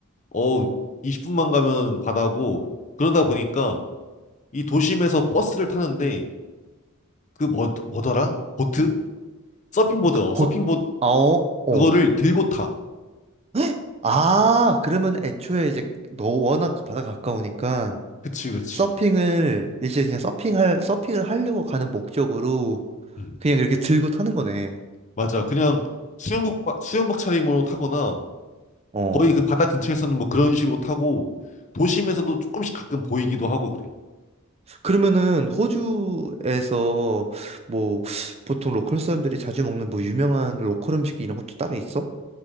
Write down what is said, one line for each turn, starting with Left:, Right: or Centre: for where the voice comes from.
Left: 어, 20분만 가면 바다고 그러다 보니까 이 도심에서 버스를 타는데 그 뭐, 뭐더라? 보트? 서핑보드, 어,
Right: 보,
Left: 서핑보드
Right: 아, 어, 어.
Left: 그거를 들고 타.
Right: 헉? 아, 그러면 애초에 이제 너 워낙 그 바다 가까우니까
Left: 그치, 그치.
Right: 서핑을 이제 그냥 서핑할 서핑을 하려고 가는 목적으로
Left: 음,
Right: 그냥 이렇게 들고 타는 거네.
Left: 맞아. 그냥 수영복, 바- 수영복 차림으로 타거나
Right: 어.
Left: 거의 그 바다 근처에서는 뭐 그런 식으로 타고 도심에서도 조금씩 가끔 보이기도 하고 그래.
Right: 그러면은 호주에서 뭐 보통 로컬 사람들이 자주 먹는 뭐 유명한 로컬 음식 이런 것도 따로 있어?